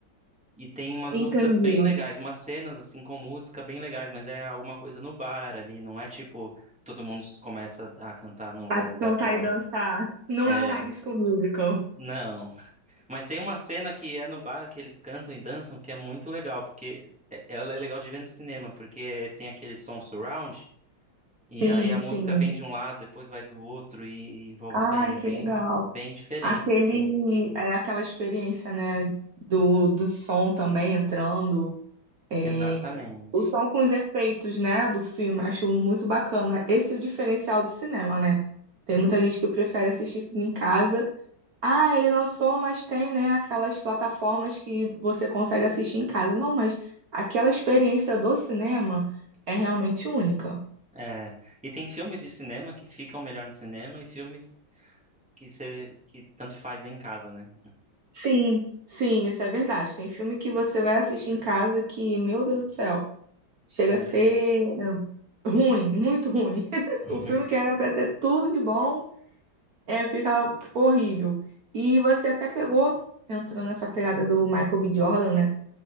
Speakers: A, in the centre; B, on the right (about 50°).
A: E tem umas músicas
B: Entendi.
A: bem legais, umas cenas assim com música bem legais, mas é alguma coisa no bar ali, não é tipo todo mundo começa a cantar num lugar
B: A
A: aleatório.
B: cantar e dançar. Não
A: É,
B: é um High School Musical.
A: não. Mas tem uma cena que é no bar que eles cantam e dançam que é muito legal, porque é- ela é legal de ver no cinema, porque tem aquele som surround. E
B: Sim,
A: aí a
B: sim.
A: música vem de um lado, depois vai do outro e envolve
B: Ai,
A: bem.
B: que
A: É bem,
B: legal.
A: bem diferente,
B: Aquele,
A: assim.
B: é, aquela experiência, né, do, do som também entrando, é,
A: Exatamente.
B: o som com os efeitos, né, do filme, acho muito bacana. Esse é o diferencial do cinema, né? Tem muita gente que prefere assistir filme em casa. Ah, ele lançou, mas tem, né, aquelas plataformas que você consegue assistir em casa. Não, mas aquela experiência do cinema é realmente única.
A: É. E tem filmes de cinema que ficam melhor no cinema e filmes que você que tanto faz em casa, né?
B: Sim, sim, isso é verdade. Tem filme que você vai assistir em casa que, meu Deus do céu, chega
A: É
B: a ser
A: verdade.
B: é, ruim, muito ruim. <laughs>
A: <laughs>
B: O filme que era pra ser tudo de bom, é, fica horrível. E você até pegou, entrando nessa pegada do Michael B. Jordan, né?